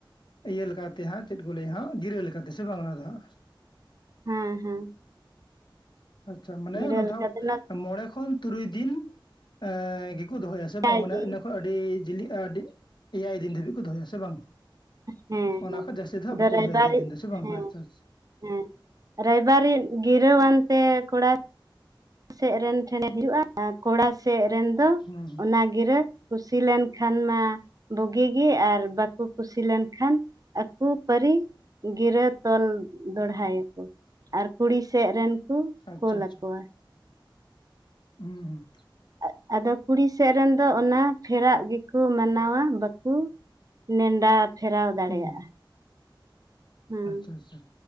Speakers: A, on the left; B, on the right.
A: ᱤᱭᱟᱹ ᱞᱮᱠᱟ ᱛᱮ ᱦᱟᱸᱜ ᱪᱮᱫ ᱠᱚ ᱞᱟᱹᱭᱟ ᱦᱟᱸᱜ ᱜᱤᱨᱟᱹ ᱞᱮᱠᱟᱛᱮ ᱥᱮ ᱵᱟᱝ ᱚᱱᱟ ᱫᱚ ᱦᱟᱸᱜ
B: ᱦᱮᱸ ᱦᱮᱸ
A: ᱟᱪᱪᱷᱟ ᱢᱟᱱᱮ
B: ᱜᱤᱨᱟᱹ
A: ᱚᱱᱟ
B: ᱞᱮᱠᱟ
A: ᱫᱚᱦᱟᱜ
B: ᱫᱚ
A: ᱢᱚᱬᱮ ᱠᱷᱚᱱ ᱛᱩᱨᱩᱭ ᱫᱤᱱ ᱮᱸ ᱜᱮᱠᱚ ᱫᱚᱦᱚᱭᱟ
B: ᱱᱟᱥᱠᱟᱭ
A: ᱥᱮ ᱵᱟᱝ ᱢᱟᱱᱮ
B: ᱜᱤᱧ
A: ᱤᱱᱟᱹ ᱠᱷᱚᱜ ᱟᱹᱰᱤ ᱡᱤᱞᱤᱜ-ᱟ <unintelligible> ᱟᱹᱰᱤ ᱮᱭᱟᱭ ᱫᱤᱱ ᱫᱷᱟᱹᱵᱤᱡ ᱠᱚ ᱫᱚᱦᱚᱭᱟ ᱥᱮ ᱵᱟᱝ?
B: ᱦᱮᱸ
A: ᱚᱱᱟ
B: ᱦᱮᱸ
A: ᱠᱷᱚᱡ ᱡᱟᱹᱥᱛᱤ ᱫᱚᱦᱟᱜ
B: ᱟᱫᱚ
A: ᱵᱟᱠᱚ
B: ᱨᱟᱭᱵᱟᱨᱤᱡ
A: ᱫᱚᱦᱚᱭ ᱜᱮᱭᱟ ᱫᱤᱱ ᱫᱚᱥᱮ ᱵᱟᱝ?
B: ᱦᱮᱸ
A: ᱟᱪᱪᱷᱟ ᱟᱪᱪᱷᱟ ᱼᱼ
B: ᱦᱮᱸ ᱨᱟᱭᱵᱟᱨᱤᱡ ᱜᱤᱨᱟᱹᱣᱟᱱᱛᱮ ᱠᱚᱲᱟ ᱼᱼ ᱥᱮᱫ ᱨᱮᱱ ᱴᱷᱮᱱᱮ ᱦᱩᱭᱩᱜᱼᱟ᱾ ᱠᱚᱲᱟ ᱥᱮᱜ ᱨᱮᱱ ᱫᱚ
A: ᱦᱩᱸ
B: ᱚᱱᱟ ᱜᱤᱨᱟᱹ ᱼᱼ ᱠᱩᱥᱤ ᱞᱮᱱᱠᱷᱟᱱ ᱢᱟ ᱵᱩᱜᱤ ᱜᱮ᱾ ᱟᱨ ᱵᱟᱠᱚ ᱠᱩᱥᱤ ᱞᱮᱱᱠᱷᱟᱱ ᱼᱼ ᱟᱠᱚ ᱯᱟᱨᱤ ᱜᱤᱨᱟᱹ ᱛᱚᱞ ᱫᱚᱲᱦᱟᱭᱟᱠᱚ। ᱟᱨ ᱠᱩᱲᱤ ᱥᱮᱫ ᱨᱮᱱᱠᱩ
A: ᱦᱩᱸ ᱟᱪᱪᱷᱟ
B: ᱠᱚᱞ
A: ᱟᱪᱪᱷᱟ
B: ᱟᱠᱚᱣᱟ।
A: ᱦᱩᱸ ᱦᱩᱸ
B: ᱟᱜ ᱟᱫᱚ ᱠᱩᱲᱤ ᱥᱮᱫ ᱨᱮᱱ ᱫᱚ ᱚᱱᱟ ᱯᱷᱮᱨᱟᱜ ᱜᱮᱠᱚ ᱢᱟᱱᱟᱣᱟ᱾ ᱵᱟᱠᱚ ᱼᱼ ᱱᱮᱰᱟ ᱯᱷᱮᱨᱟᱣ ᱫᱟᱲᱮᱭᱟᱜᱼᱟ।
A: ᱦᱩᱸ
B: ᱦᱮᱸ
A: ᱟᱪᱪᱷᱟ ᱟᱪᱪᱷᱟ